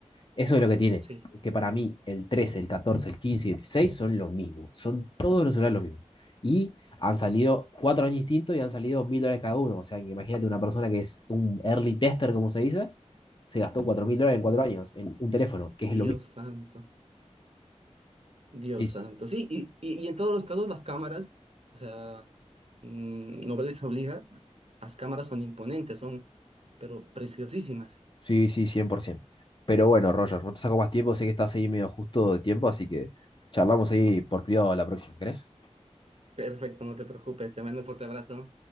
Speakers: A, on the left; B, on the right.
A: Eso es lo que tiene,
B: Sí.
A: que para mí el trece el catorce el quince el 16 son lo mismo, son todos los celulares lo mismo. Y han salido cuatro años distintos y han salido mil dólares cada uno, o sea, imagínate una persona que es un early tester, como se dice, se gastó cuatro mil dólares
B: <laughs>
A: en cuatro años en un teléfono, que es
B: Dios
A: lo mismo.
B: santo, Dios
A: Sí, sí.
B: santo. Sí, y, y, y en todos los casos las cámaras, o sea, mm, no les obliga, las cámaras son imponentes, son, pero preciosísimas.
A: Sí, sí, 100%. Pero bueno, Roger, no te saco más tiempo, sé que estás ahí medio justo de tiempo, así que charlamos ahí por privado la próxima, ¿crees?
B: Perfecto, no te preocupes, te mando un fuerte abrazo.